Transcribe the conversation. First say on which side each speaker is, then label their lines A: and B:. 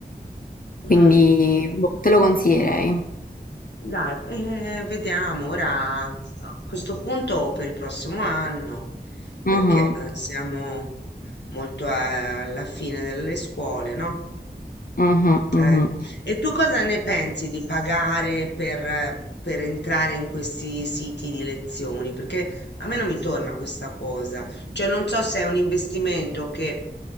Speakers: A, on the left (about 55°); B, on the left (about 80°).
A: Quindi,
B: mm.
A: boh, te lo consiglierei.
B: Dai, eh, vediamo ora a questo punto per il prossimo anno, perché
A: Mhm,
B: eh, siamo molto a- alla fine delle scuole, no?
A: mhm, mhm.
B: Eh, E tu cosa ne pensi di pagare per, eh, per entrare in questi siti di lezioni? Perché a me non mi torna questa cosa, cioè non so se è un investimento che